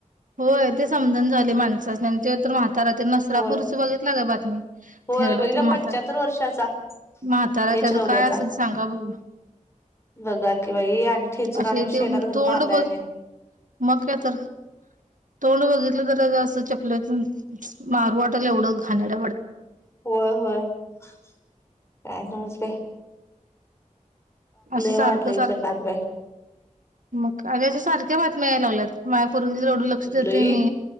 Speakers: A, on the right; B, on the left.
A: होय ते समजून झाले माणसांसनी ते तर म्हा- तारा ते नसरापूरच
B: होय
A: बघितला काय? बातमी <inaudible>
B: होय
A: थेरडा
B: बघितला
A: तो म्हाता
B: पंच्याहत्तर
A: <inaudible>
B: वर्षाचा
A: म्हाताारा
B: नीचलवड्याचा.
A: त्याच काय असेल, सांगा बघू <inaudible>
B: बघा की बाई आणि ठेचून
A: असे
B: आणि शेणात
A: ते
B: घालून
A: तोंड
B: मारलाय
A: बघ
B: आणि
A: <inaudible> मग काय तर, <inaudible> तोंड बघितलं तरं अग अस चेपल्या, <unintelligible> मारू वाटालय एवढं घाणेरड्
B: होय होय <inaudible> काय समजते,
A: असं सारखं
B: वाढलय
A: सारखं
B: जगात बाई
A: <inaudible> मग का रेंज सारखी त्या बातम्या यायला लागल्यात, <unintelligible> पोरगीवर एवढं लक्ष देतेय
B: लई
A: मी